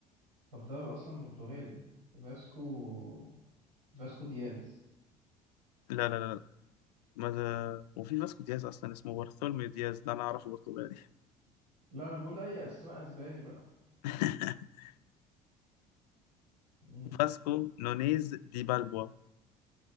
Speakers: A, on the right (about 80°); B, on the left (about 75°).
A: طب ده اصلا برتغالي فاسكو فاسكو دياز
B: لا لا لا ما ده وفي فاسكو دياز اصلا اسمه بارثولميو دياز ده انا اعرفه برتغالي
A: لا انا بقول اي اسماء اسباني بقى
B: <laughs>
A: مم.
B: فاسكو نونيز دي بالبوا